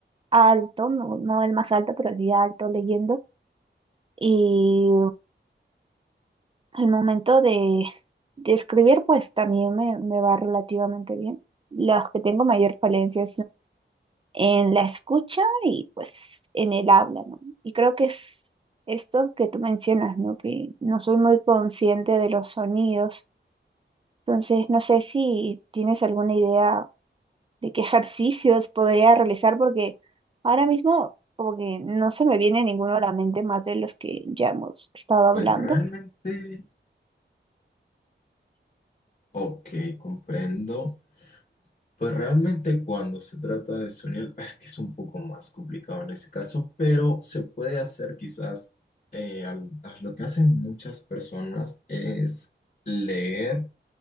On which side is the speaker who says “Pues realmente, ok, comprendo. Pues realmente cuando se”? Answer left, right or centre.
Left